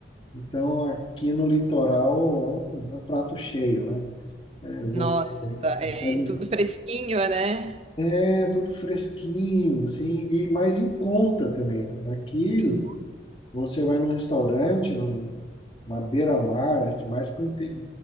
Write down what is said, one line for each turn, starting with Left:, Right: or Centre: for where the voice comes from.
Left: então aqui no litoral é um, é um prato cheio, né? É, você
Right: Nossa,
Left: consegue,
Right: é tudo fresquinho, né?
Left: é tudo fresquinho, assim, e mais em conta também. Aqui
Right: Sim.
Left: você vai num restaurante, numa beira-mar, assim, mais pro inte-